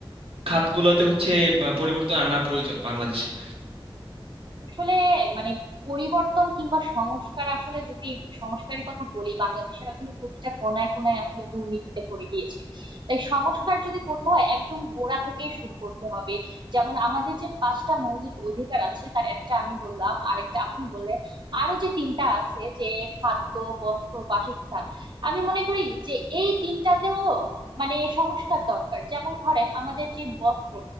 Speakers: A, on the right (about 75°); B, on the right (about 55°).
A: খাতগুলোতে হচ্ছে বা পরিবর্তন আনা প্রয়োজন বাংলাদেশের
B: আসলে মানে পরিবর্তন কিংবা সংস্কার আসলে যদি সংস্কারের কথা বলি বাংলাদেশের আসলে প্রতিটা কোনায় কোনায় আসলে দুর্নীতিতে ভরে গিয়েছে তাই সংস্কার যদি করতে হয় একদম গোড়া থেকে শুরু করতে হবে যেমন আমাদের যে পাঁচটা মৌলিক অধিকার আছে তার একটা আমি বললাম আরেকটা আপনি বললেন আরো যে তিনটা আছে যে খাদ্য বস্ত্র বাসস্থান আমি মনে করি যে এই তিনটাতেও মানে সংস্কার দরকার যেমন ধরেন আমাদের যে বস্ত্র